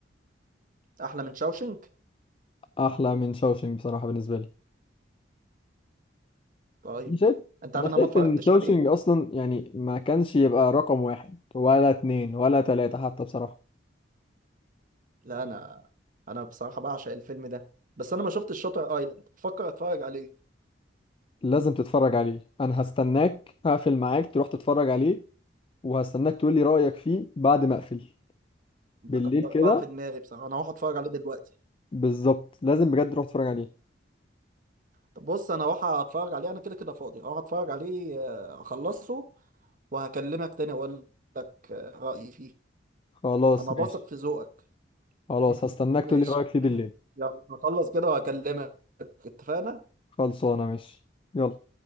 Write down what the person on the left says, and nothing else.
احلى من شاوشينج بصراحه بالنسبه لي
أنا شايف
انا
شايف
ان شاوشينج
اصلا يعني ما كانش يبقى رقم واحد ولا اتنين ولا تلاته حتى بصراحه
لازم تتفرج عليه انا هستناك هقفل معاك تروح تتفرج عليه وهستناك تقول لي رايك فيه بعد ما اقفل
بالليل
كده
بالظبط لازم بجد تروح تتفرج عليه
خلاص
ماشي
خلاص
هستناك
تقول لي رايك فيه بالليل
خلصانه ماشي يلا